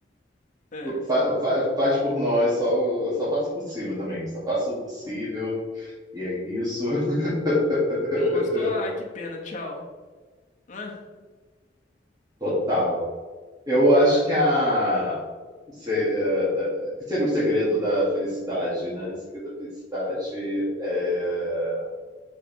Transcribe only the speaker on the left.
É.
Não gostou? Ah, que pena, tchau. Ah,